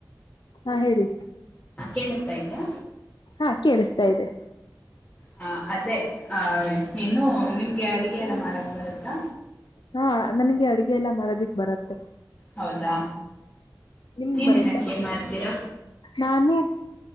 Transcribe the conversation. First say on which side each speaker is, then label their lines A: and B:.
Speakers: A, on the left; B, on the left.
A: ಹಾ ಹೇಳಿ
B: ಕೇಳಿಸ್ತಾ ಇದೀಯಾ.
A: ಹಾ ಕೇಳಿಸ್ತಾ ಇದೆ
B: ಹ ಅದೇ ಆ ಏನು ನಿಮ್ಗೆ ಅಡುಗೆ ಎಲ್ಲಾ ಮಾಡಕ್ ಬರುತ್ತಾ.
A: ಹಾ ನನಗೆ ಅಡುಗೆ ಎಲ್ಲಾ ಮಾಡೋದಿಕ್ ಬರತ್ತೆ.
B: ಹೌದಾ
A: ನಿಮ್ಗ್
B: ಏನೇನ್
A: ಬರತ್ತಾ
B: ಅಡ್ಗೆ ಮಾಡ್ತೀರಾ.
A: ನಾನು